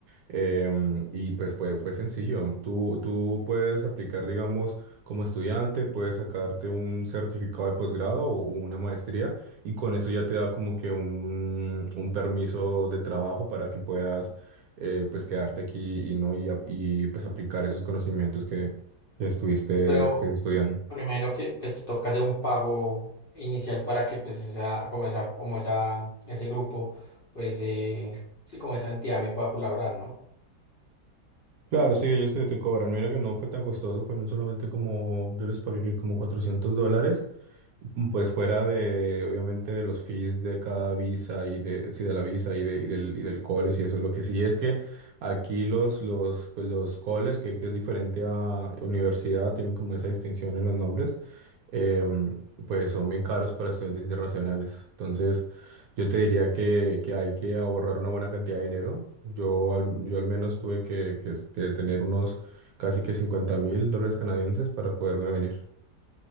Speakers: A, on the right; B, on the left.
A: Em, y pues fue, fue sencillo. Tú, tú puedes aplicar, digamos, como estudiante, puedes sacarte un certificado de posgrado o una maestría y con eso ya te da como que un, un permiso de trabajo para que puedas eh, pues quedarte aquí y no y, ap- y, pues aplicar esos conocimientos que, que estuviste
B: Pero,
A: pues estudiando.
B: pero imagino que pues toca hacer un pago inicial para que pues esa, como esa, como esa, ese grupo, pues eh, sí, como esa entidad me pueda colaborar, ¿no?
A: Claro, sí, ellos te, te cobran. Mira que no fue tan costoso, fueron solamente como, yo les pagué que como cuatrocientos dólares Pues fuera de, obviamente, de los fees de cada visa y de, sí, de la visa y, de, y del, y del college y eso. Lo que sí es que aquí los, los, pues los colleges, que, que es diferente a universidad, tienen como esa distinción en los nombres, em, pues son bien caros para estudiantes internacionales. Entonces, yo te diría que, que hay que ahorrar una buena cantidad de dinero. Yo al, yo al menos tuve que, que, que tener unos casi que cincuenta mil dólares canadienses para poderme venir.